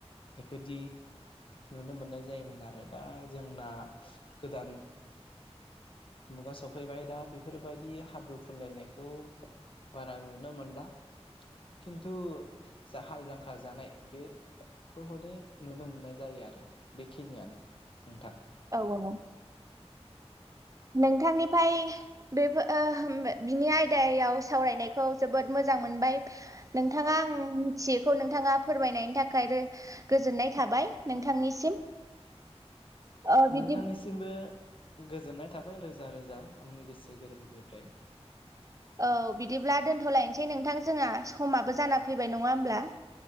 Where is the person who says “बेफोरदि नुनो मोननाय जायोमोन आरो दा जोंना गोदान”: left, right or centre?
Left